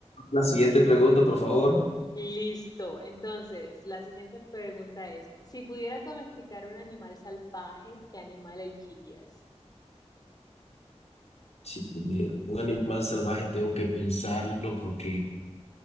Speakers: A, on the left; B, on the left.
A: la siguiente pregunta, por favor.
B: Listo. Entonces, la siguiente pregunta es, si pudieras domesticar un animal salvaje, ¿qué animal elegirías?
A: Si pudiera, un animal salvaje tengo que pensarlo porque